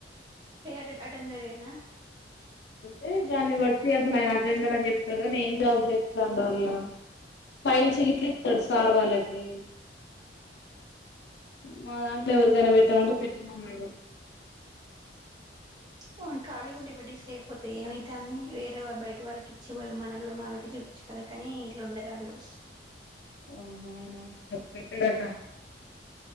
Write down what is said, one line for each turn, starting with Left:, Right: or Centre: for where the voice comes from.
Right: ఫె అటెండ్ అటెండర్ ఈయన.
Left: అంటే దాన్ని బట్టి అసలు ఆయన అటెండర్ అని చెప్తాడు కానీ, ఏం జాబ్ చేత్తండల్ల? ఫైల్స్ గిట్ల ఇత్తాడు సార్ వాళ్ళకి. మా దాన్ ఎవరికైనా పెట్టమంటే పెట్టి నమ్మడు.
Right: మ్మ్ ఖాళీగుండి బడిస్ సేయకపోతే, ఏమైతాంది? వేరే వాల్ బయట వాళ్ళకిచ్చే బదులు మనొల్లు మనకి చూపించుకోలేకనే, ఇట్ల ఉండరాళ్ళు.
Left: అమ్మ నా జాబ్ పెట్టాడా త్త